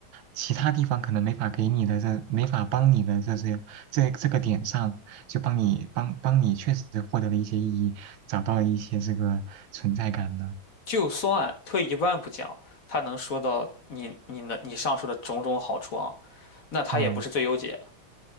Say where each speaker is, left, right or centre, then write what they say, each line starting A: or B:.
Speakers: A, on the right; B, on the left.
A: 其他地方可能没法给你的这没法帮你的这些这这个点上，就帮你帮帮你确实获得了一些意义，找到了一些这个存在感呢。
B: 就算退一万步讲，他能说到你你能你上述的种种好处啊，那他也不是最优解。
A: 嗯，